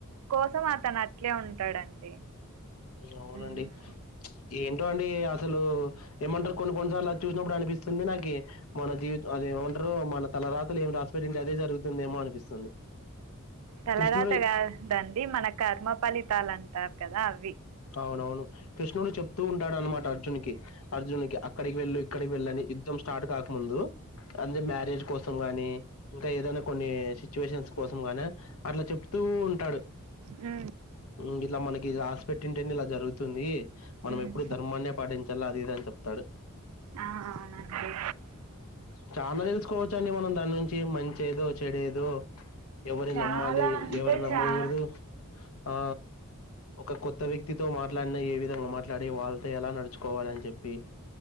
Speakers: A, on the right; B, on the left.
A: కోసం అతను అట్లే ఉంటాడండి
B: అవునండి
A: ఉమ్.
B: ఏంటో అండి అసలు ఏమంటారు కొన్ని కొన్నిసార్లు అది చూసినప్పుడు అనిపిస్తుంది నాకి మన జీవితం అదేమంటారు మన తలరాతలు ఏం రాసిపెట్టింటే అదే జరుగుతుంది ఏమో అనిపిస్తుంది
A: తలవాత
B: కృష్ణుడు
A: కాదండి మన కర్మ ఫలితాలు అంటారు కదా అవి
B: అవునఅవును కృష్ణుడు చెప్తూ ఉంటాడు అన్నమాట అర్జున్ కి అర్జున్ కి అక్కడికి వెళ్ళు ఇక్కడికి వెళ్ళ అని యుద్ధం స్టార్ట్ కాకముందు అంటే మ్యారేజ్ కోసం గాని ఇంకా ఏదైనా కొన్ని సిచ్యువేషన్స్ కోసం గానే అట్లా చెప్తూ ఉంటాడు
A: ఉ
B: ఇ ఇట్లా మనకి రాసిపెట్టింటే ఇలా జరుగుతుంది మనం
A: ఉమ్,
B: ఎప్పుడు ధర్మాన్ని పాటించాలి అది ఇది అని చెప్త తడు
A: ఆ, అవునండి
B: చానా తెలుసుకోవచ్చు అండి మనం దాని నుంచి మంచేదో చెడేదో ఎవరిని
A: చాలా
B: నమ్మాలి
A: అంటే
B: ఎవరిని నమ్మగుడదు
A: చాలా
B: ఆ ఒక కొత్త వ్యక్తితో మాట్లాడిన ఏ విధంగా మాట్లాడి వాళ్ళతో ఎలా నడుచుకోవాలని చెప్పి